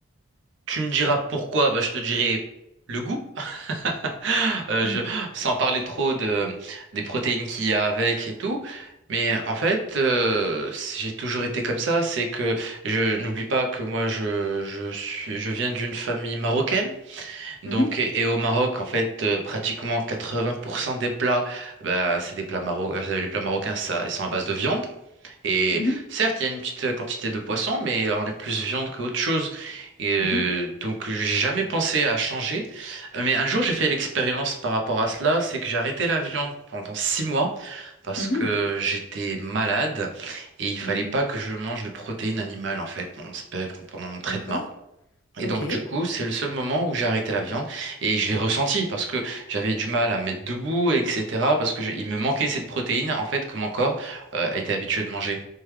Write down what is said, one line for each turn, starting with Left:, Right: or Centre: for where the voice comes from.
Right: tu me diras pourquoi, ben, je te dirai le goût. <laughs> Euh,
Left: Mmh.
Right: je, sans parler trop de, des protéines qu'il y a avec et tout. Mais en fait, euh, j'ai toujours été comme ça. C'est que je n'oublie pas que moi, je, je suis, je viens d'une famille marocaine. Donc,
Left: Mmh mh.
Right: et, et au Maroc, en fait, euh, pratiquement 80% des plats, bah, c'est des plats marocains. Les plats marocains, ça, ils sont à base de viande. Et
Left: Mmh mh.
Right: certes, il y a une petite euh, quantité de poisson, mais on est plus viande qu'autre chose. Et euh,
Left: Mmh
Right: donc, j'ai jamais pensé à changer. Euh, Mais un jour, j'ai fait l'expérience par rapport à cela, c'est que j'ai arrêté la viande pendant six mois parce
Left: Mmh
Right: que j'étais malade et il fallait
Left: Mmh
Right: pas que je mange de protéines animales en fait, mon spectre, pendant mon traitement.
Left: D'accord.
Right: Et
Left: OK.
Right: donc du coup, c'est le seul moment où j'ai arrêté la viande et je l'ai ressenti parce que j'avais du mal à me mettre debout, etc. Parce que je- il me manquait cette protéine en fait que mon corps euh, était habitué de manger.